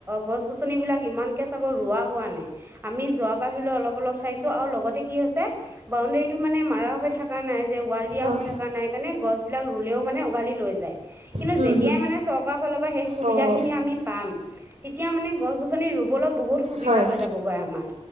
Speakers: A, on the right; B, on the right.
A: গছ গছ আচন বিলাক ইমানকে চাগ ৰোৱা হোৱা নাই আমি যোৱা পাত ধৰিলেও অলপ অলপ চাইছো আৰু লগতে কি হৈছে বাউণ্ডৰীটো মানে মাৰা হৈ থকা নাই যে ৱাল দিয়া
B: অঁ
A: হৈ থকা নাই কাৰণে গছ বিলাক ৰুলেও মানে উঘালি লৈ যায় কিন্তু
B: হুম,
A: যেতিয়াই
B: হুম।
A: মানে চৰকাৰৰ ফালৰ পৰা সেই সুবিধা
B: অঁ
A: খিনি আমি পাম তেতিয়া মানে গছ গছনি ৰুবলৈ বহুত সুবিধা
B: হয়
A: হৈ যাবগৈ আমাৰ